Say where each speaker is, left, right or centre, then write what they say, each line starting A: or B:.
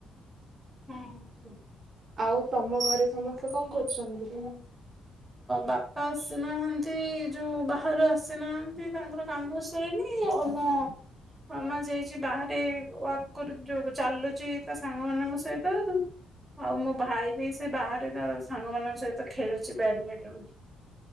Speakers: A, on the right; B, on the right.
A: ହୁଁ।
B: ଆଉ ତମ ଘରେ ସମସ୍ତେ କଣ କରୁଛନ୍ତି।
A: ବାପା ଆସିନାହାନ୍ତି ଯୋଉ ବାହାରୁ ଆସିନାହାନ୍ତି ତାଙ୍କର କାମ ସରିନି ଆ ମୋ ମାମା ଯାଇଛି ବାହାରେ ୱର୍କ ଯୋଉ ଚାଲୁଛି ତା ସାଙ୍ଗ ମାନଙ୍କ ସହିତ ଆଉ ମୋ ଭାଇ ବି ସେ ବାହାରେ ତା ସାଙ୍ଗ ମାନଙ୍କ ସହିତ ଖେଳୁଛି। ବ୍ୟାଡମିଣ୍ଟନ।